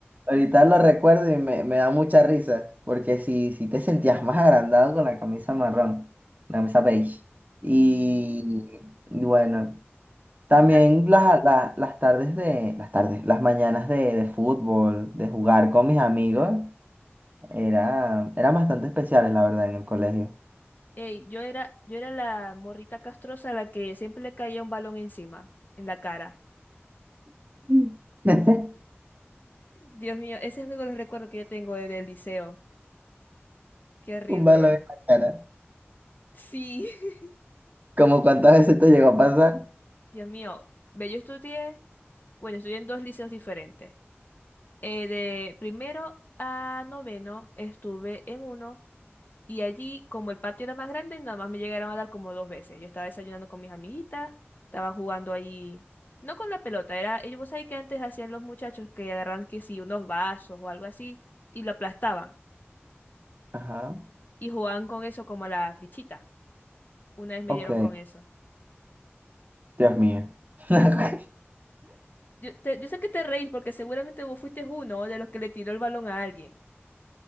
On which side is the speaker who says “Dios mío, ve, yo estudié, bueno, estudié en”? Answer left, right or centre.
Left